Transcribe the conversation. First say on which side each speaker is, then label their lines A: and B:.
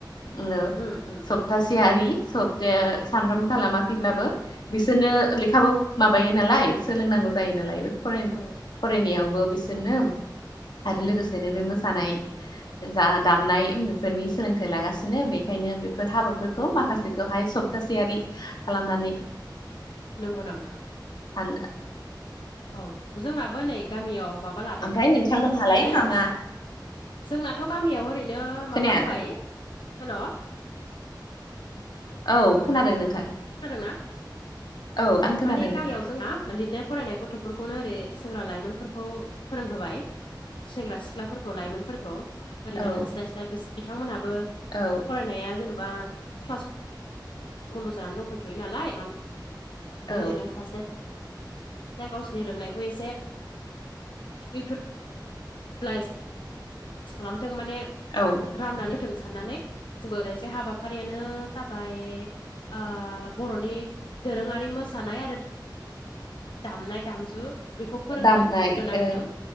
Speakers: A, on the left; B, on the left.
A: सब
B: उम उम
A: सप्तासेयारि सब्ताया सानफ्रामबो खालामाखैब्लाबो बिसोरनो लेखाबो माबायो नालाय सोलोंनांगौ जायो नालाय बे फराय
B: औ
A: फरायनायावबो बिसोरनो आरो लोगोसेनो बे मोसानाय जा दामनाय बेफोरनि सोलोंथाइ लागासिनो बेखायनो बेफोर हाबाफोरखौ माखासेखौहाय सब थाासयारि खालामनानै
B: नंगौ नामा?
A: थान
B: औ जोंनाबो नै गामियाव माबा लादों
A: ओमफ्राय नोंथांमोनहालाय
B: आहो
A: मा मा
B: जोंनाथ' गामियाव ओरैनो
A: खोनाया
B: माबा होबाय हेल'?
A: औ खोनादों नोंथां।
B: खोनादों ना
A: औ आं खोनादों
B: माने गामियाव
A: दे
B: जोंना लिरनाय फरायनाय गथ'फोरखौनो ओरै सेंग्रा लाइमोनफोरखौ फोरोंहोबाय। सेंग्रा सिख्लाफोरखौ लाइमोनफोरखौ ओरैनो
A: औ
B: थास्लायस्लाय बिस बिथांमोनहाबो
A: औ
B: फरायनाया जेनब बा क्लास बन्द' जानानै दंफैथ'यो नालाय म
A: औ
B: ओरैनो सासे ा गावसिोरनि रोंनायखौ एसे इुब फ्ला खालामथों माने
A: औ।
B: राननानै होथों साननानै जोंबो <unintelligible> हाबाफारियानो जाबाय ओ बर'नि दोरोङारि मोसानाय आरो दामनाय दामजु बेखौ फोरोंदों
A: दामनाय
B: होनो नागिरदों।
A: औ